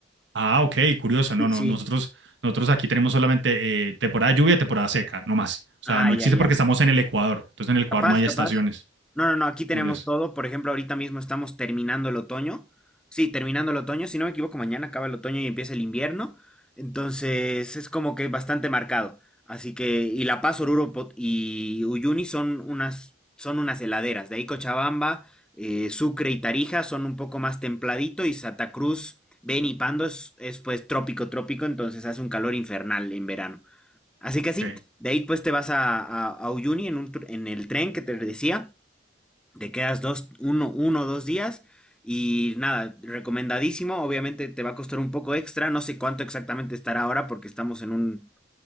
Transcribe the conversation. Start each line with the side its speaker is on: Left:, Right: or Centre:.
Right: Ah, ok, curioso. No,
Centre: Sí,
Right: no,
Centre: sí.
Right: nosotros, nosotros aquí tenemos solamente eh, temporada de lluvia y temporada seca, no más. O sea,
Centre: Ah,
Right: no
Centre: ya,
Right: existe
Centre: ya.
Right: porque estamos en el Ecuador. Entonces en el Ecuador
Centre: Capaz,
Right: no hay
Centre: capaz.
Right: estaciones.
Centre: No, no, no, aquí tenemos
Right: Curioso.
Centre: todo. Por ejemplo, ahorita mismo estamos terminando el otoño. Sí, terminando el otoño. Si no me equivoco, mañana acaba el otoño y empieza el invierno. Entonces es como que bastante marcado. Así que, y La Paz, Oruro Po- y Uyuni son unas, son unas heladeras. De ahí Cochabamba, eh, Sucre y Tarija son un poco más templadito y Santa Cruz, Beni y Pando es, es pues trópico, trópico, entonces hace un calor infernal en verano. Así
Right: Ok,
Centre: que sí, de ahí pues te vas a, a, a Uyuni en, un tr- en el tren que te decía. Te quedas dos, uno, uno o dos días y nada, recomendadísimo. Obviamente te va a costar un poco extra. No sé cuánto exactamente estará ahora porque estamos en un